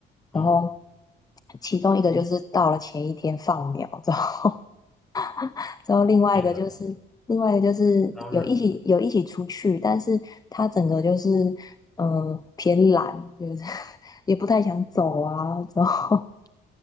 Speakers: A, on the left; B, in the centre.
A: 然后
B: 嗯，
A: 其中一个就是到了前一天放苗，之后，<laughs> 之后另外一个就是另外一个就是有一起有一起出去，
B: 天呐，超人
A: 但是他整个就是嗯、呃偏懒，就是 <laughs> 也不太想走啊，之后